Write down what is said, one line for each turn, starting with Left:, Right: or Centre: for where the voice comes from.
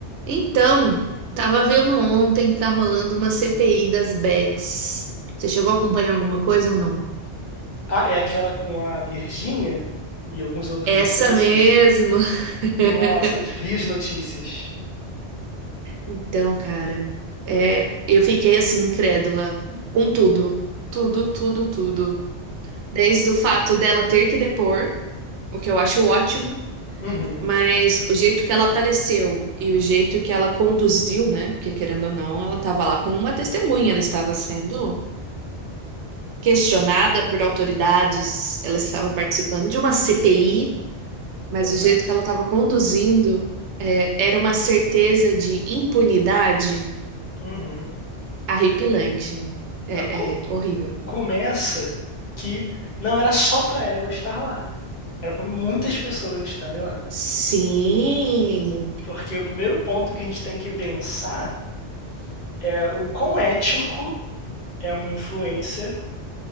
Right: Então, tava vendo ontem que tá rolando uma CPI das bets. Você chegou a acompanhar alguma coisa ou não?
Left: Ah, é aquela com a Virgínia e alguns outros
Right: Essa
Left: influencers?
Right: mesmo. <laughs>
Left: Nossa, eu vi as notícias.
Right: Então, cara, é, eu fiquei assim incrédula com tudo, tudo, tudo, tudo. Desde
Left: Ah,
Right: o fato dela ter que depor, o que eu acho ótimo,
Left: Uhum,
Right: mas o jeito que ela apareceu e o jeito que ela conduziu, né? Porque querendo ou não, ela estava lá com uma testemunha, ela estava sendo questionada por autoridades. Ela estava participando de uma CPI, mas
Left: exato.
Right: o jeito que ela estava conduzindo é, era uma certeza de impunidade
Left: Uhum.
Right: arrepilante. É,
Left: Ah, co-
Right: é horrível.
Left: Começa que não era só pra ela estar lá, era pra muitas pessoas estarem lá.
Right: Sim,
Left: Porque o primeiro ponto que a gente tem que pensar é o quão ético é um influencer